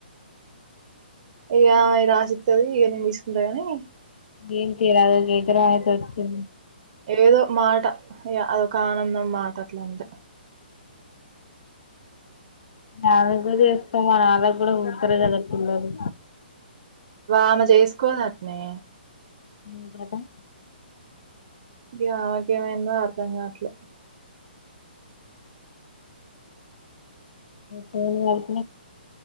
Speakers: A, on the right; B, on the left.
A: ఇక ఇ రాసిత్తది ఇక నేను తీసుకుంటగాని
B: ఏం తీరదు గ ఎకరం అయితే వచ్చింది
A: ఏదో మాట ఇక అదొక ఆనందం మాట అట్లా అంటే
B: న కూడా చేస్తాం మరి వాళ్లకు కూడా పుడతారు కదా పిల్లలు
A: ఆమె చేసుకోదట్నే
B: అదా <unintelligible>
A: ఇక ఆమేకేమైందో అర్థం కాట్లే
B: పేర్లు